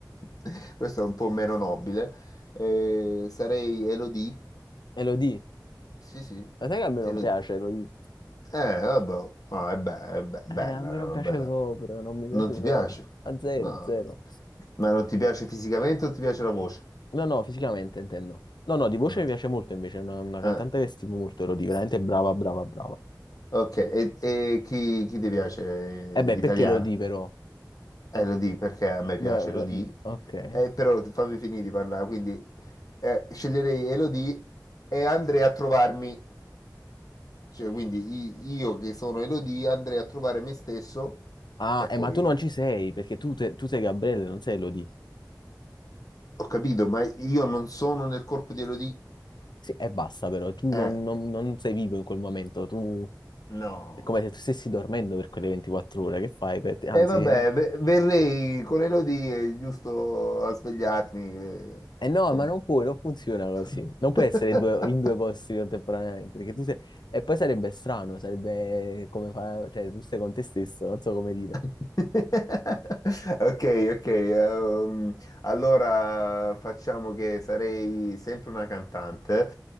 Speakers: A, on the left; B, on the left.
A: <laughs> questo è un po' meno nobile, eh, sarei Elodie.
B: E lo di.
A: Sì, sì,
B: Ma sai che a me
A: Elodie.
B: non piace, lo di.
A: Eh, vabbè, Ah, è, be- è be- bella,
B: Eh, a me non
A: è una
B: piace
A: bella.
B: proprio, non mi
A: Non
B: piace
A: ti
B: proprio.
A: piace?
B: A zero,
A: No.
B: zero.
A: Ma non ti piace fisicamente o ti piace la voce?
B: No, no, fisicamente intendo. No, no, di voce
A: Mm.
B: mi piace molto invece, è una, una cantante
A: Eh,
B: che stimo molto, Elodie, veramente brava, brava, brava.
A: Ok, e, e chi, chi ti piace?
B: E beh,
A: Eh,
B: perché
A: Italiana?
B: Elodie però?
A: Elodie perché a me
B: Ma-
A: piace
B: ma-
A: Elodie,
B: ma- Ok.
A: eh, però fammi finire di parlare, quindi eh, sceglierei Elodie e andrei a trovarmi, cioè quindi i- io che sono Elodie andrei a trovare me stesso
B: Ah,
A: e
B: eh,
A: poi
B: ma tu non ci sei, perché tu, te- tu sei Gabriele, non sei Elodie.
A: ho capito, ma io non sono nel corpo di Elodie,
B: Sì, e basta però, tu
A: eh,
B: non, non- non sei vivo in quel momento, tu
A: no.
B: è come se tu stessi dormendo per quelle 24 ore, che fai? per- Anzi,
A: E vabbè,
B: eh,
A: ve- verrei con Elodie eh, giusto a svegliarmi, eh,
B: eh no,
A: insomma.
B: ma non puoi, non funziona così,
A: <laughs>
B: non puoi essere due- in due posti contemporaneamente, perché tu sei... E poi sarebbe strano, sarebbe come fa... cioè tu stai con te stesso, non so come dire.
A: <laughs> Ok, ok. ehm, allora facciamo che sarei sempre una cantante